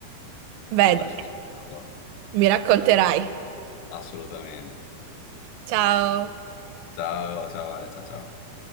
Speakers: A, on the right (about 85°); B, on the left (about 80°).
A: Beh,
B: quando
A: dai,
B: mi sono svegliato.
A: mi racconterai.
B: Assolutamente.
A: Ciao!
B: Ciao, ciao, Ale, ciao, ciao.